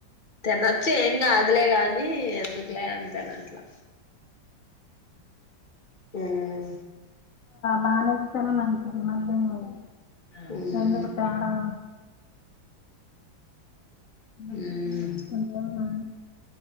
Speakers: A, on the left; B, on the left.
A: తినచ్చు ఎమ్ కాదులే కానీ అని ఎందుకులే అంటాన అట్లా మ్మ్
B: మానేస్తేనే మంచిది మల్లా ఏమైనా
A: మ్మ్
B: ఎందుకు తేడా కో అప్పుడు
A: మ్మ్
B: కొన్ని అప్పుడు కొన్ని